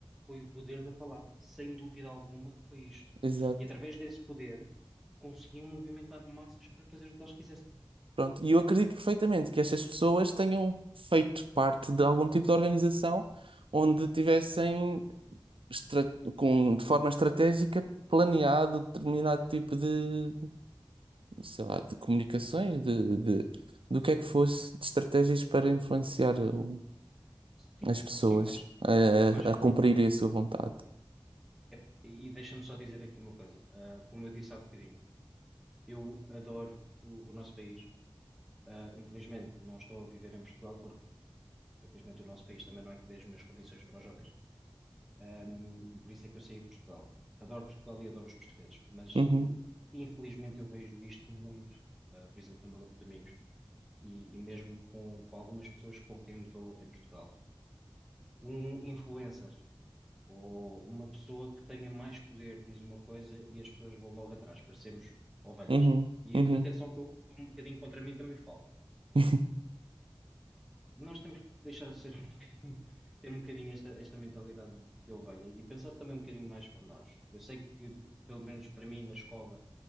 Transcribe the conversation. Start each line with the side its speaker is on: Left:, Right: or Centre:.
Centre: foi o poder da palavra, sem dúvida alguma que foi isto.
Right: Exato.
Centre: E através desse poder, conseguiam movimentar massas para fazer o que eles quisessem.
Right: Pronto. E eu acredito perfeitamente que estas pessoas tenham feito parte de algum tipo de organização onde tivessem estra- com, de forma estratégica, planeado determinado tipo de, sei lá, de comunicações, de, de, do que é que fosse, de estratégias para influenciar o-
Centre: Sim,
Right: as pessoas
Centre: sim, faz,
Right: a,
Centre: faz sentido.
Right: a, a cumprirem a sua vontade.
Centre: É, E deixa-me só dizer aqui uma coisa. Ah, como eu disse há bocadinho, eu adoro o, o nosso país. Ah, infelizmente, não estou a viver em Portugal, porque infelizmente o nosso país também não é que dê as melhores condições para os jovens. Um, e por isso é que eu saí de Portugal. Adoro Portugal e adoro os portugueses, mas
Right: Uhum,
Centre: i- infelizmente eu vejo isto muito, uh, por exemplo, no meu grupo de amigos e, e mesmo com, com algumas pessoas com quem me dou em Portugal. Um influencer ou uma pessoa que tenha mais poder diz uma coisa e as pessoas vão logo atrás, parecemos ovelhas.
Right: uhum,
Centre: E
Right: uhum,
Centre: eu- atenção que eu, um bocadinho contra mim também falo
Right: <laughs>
Centre: nós temos que deixar de ser um <laughs> bocadinho, ter um bocadinho esta, esta mentalidade de ovelha e pensar também um bocadinho mais por nós. Eu sei que, pelo menos para mim, na escola,